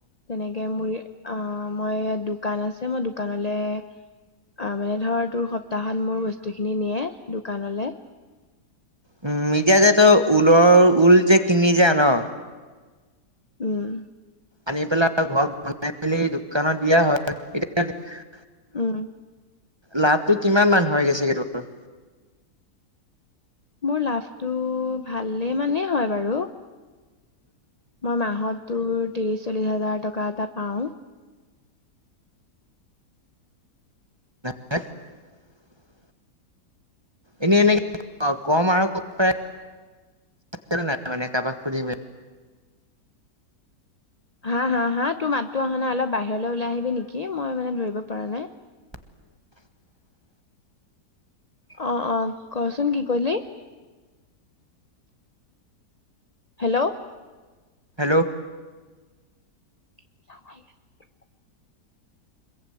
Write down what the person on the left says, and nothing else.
তেনেকে মোৰ অ মই দোকান আছে মই দোকানলে - অ মানে ধৰ তোৰ সপ্তাহত মোৰ বস্তু খিনি নিয়ে দোকানলে।
উম।
উম।
মোৰ লাভটো ভালে মানে হয় বাৰু। মই মাহত তোৰ ত্ৰিশ চল্লিশ হাজাৰ টকা এটা পাও।
হা হা হা তোৰ মাতটো অহা নাই অলপ বাহিৰলৈ ওলাই আহিবি নেকি, মই মানে ধৰিব পৰা নাই।
অ, অ, কচোন কি কৰিলি? হেল্ল',
<inaudible>